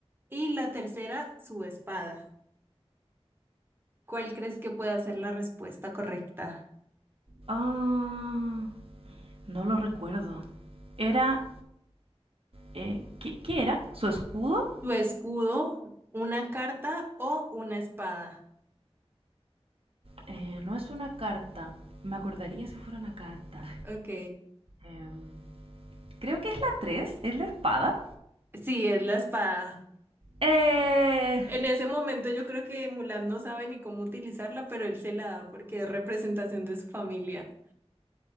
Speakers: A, on the right; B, on the right.
A: y la tercera, su espada. ¿Cuál crees que puede ser la respuesta correcta?
B: Ah, no lo recuerdo. Era... eh, ¿qué, qué era? ¿Su escudo?
A: Tu escudo, una carta o una espada.
B: Eh, no es una carta. Me acordaría si fuera una carta.
A: Ok.
B: Em, creo que es la 3. es la espada.
A: Sí, es la espada.
B: Eh...
A: En ese momento yo creo que Mulan no sabe ni cómo utilizarla, pero él se la da porque es representación de su familia.